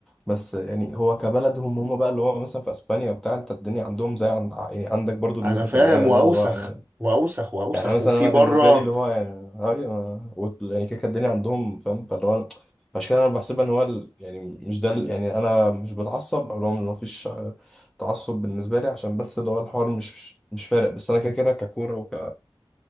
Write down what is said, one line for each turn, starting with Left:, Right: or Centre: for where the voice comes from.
Centre: بس يعني هو كبلدهم هم بقى اللي هو مثلا في اسبانيا وبتاع انت الدنيا عندهم زي عند يعني عندك برضه
Right: أنا
Centre: بنسبه
Right: فاهم
Centre: ما
Right: وأوسخ
Centre: برضه اللي هو يعني
Right: وأوسخ وأوسخ
Centre: يعني مثلا
Right: وفي
Centre: انا
Right: بره
Centre: بالنسبه لي اللي هو يعني أيوة، وت- يعني كده كده الدنيا عندهم فاهم فاللي هو أنا- عشان كده انا بحسبها ان هو ال- يعني مش ده ال- يعني انا مش بتعصب او اللي هو ما فيش آه، تعصب بالنسبه لي عشان بس اللي هو الحوار مش مش فارق بس انا كده كده ككوره وك